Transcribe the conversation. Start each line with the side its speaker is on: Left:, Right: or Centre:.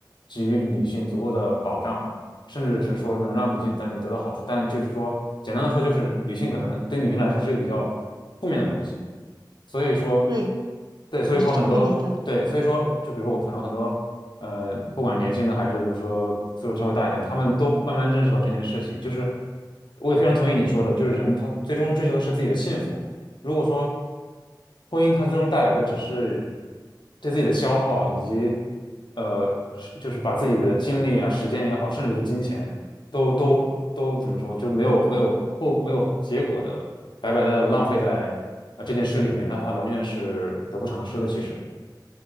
Left: 给予女性足够的保障，甚至是说能让女性在里面得到好处。但就是说，简单的说，就是女性可能对女性来说是一个比较负面的东西。所以说，
Right: 对，
Left: 对，所以说很多，
Right: 我是这么认为的。
Left: 对，所以说，就比如我朋友很多，呃，不管年轻的还是就是说岁数稍微大一点，他们都慢慢认识到这件事情。就是我也非常同意你说的，就是人他最终追求的是自己的幸福。如果说婚姻它最终带来的只是对自己的消耗，以及呃，是就是把自己的精力啊、时间也好，甚至是金钱，都都都怎么说，就是没有没有后没有结果的白白的浪费在啊这件事里面，那他完全是得不偿失的。其实，